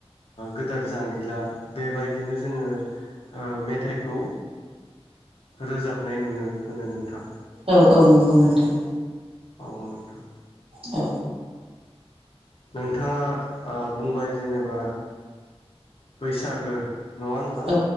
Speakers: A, on the left; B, on the right.
A: गोदोर जांगिला बेबायदिनो जोंङो ओ मेथाइखौ रोजाबनाय नुनो मोनो नोंथां।
B: औ औ नंगौ नोंथां।
A: अ नोंथां।
B: औ।
A: नोंथाङा बुंबाय जेनेबा बैसागो नङा होनबा
B: औ